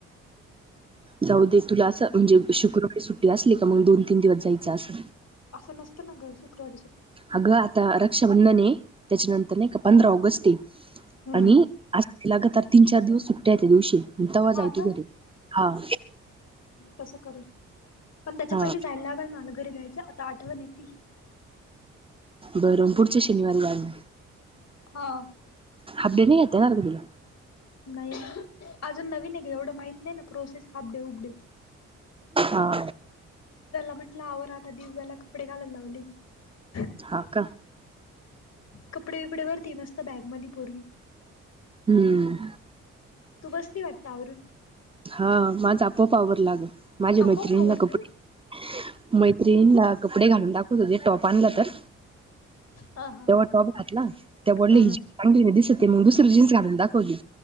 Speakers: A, on the right (about 20°); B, on the left (about 55°).
A: जाऊ दे तुला असं म्हणजे शुक्रवारी सुट्टी असली का मग दोन तीन दिवस जायचं असं.
B: असं नसतं ना ग. शुक्रवारी सुट्टी
A: अगं आता रक्षाबंधन आहे त्याच्यानंतर नाही का पंधरा ऑगस्ट
B: हम्म
A: आणि आ लगातार तीन चार दिवस सुट्या आहेत त्या दिवशी तेव्हा
B: हा
A: जा तू
B: का
A: घरी हा.
B: तसं करेल पण त्याच्या
A: हा
B: पहिली जायला लागल मला घरी जायचं आता आठवडा झाला.
A: बर पुढच्या शनिवारी जा मग
B: हा.
A: इथे नाही येता येणार का तुला?
B: नाही अजून नवीन ये की, एवढं माहित नाही ना प्रोसेस हाफ डे उब डे ची.
A: हा.
B: म्हटलं आवर आता दिव्याला कपडे घालायला लावले मी
A: हा का?
B: कपडे-बिपडे भरतीय मस्त बॅग मधी पोरगी.
A: हम्म.
B: तू बसली वाटत आवरुण?
A: हा माझं आपोआप आवरलं आग माझ्या
B: आपोआप
A: मैत्रिणींना
B: आवरलं
A: कपडे मैत्रिंणींना कपडे घालून दाखवत होते टॉप आणला तर
B: हा हा
A: तेव्हा टॉप घातला ती बोली
B: हम्म.
A: चांगली दिसती. ते मग दुसरी जीन्स घालून दाखवली.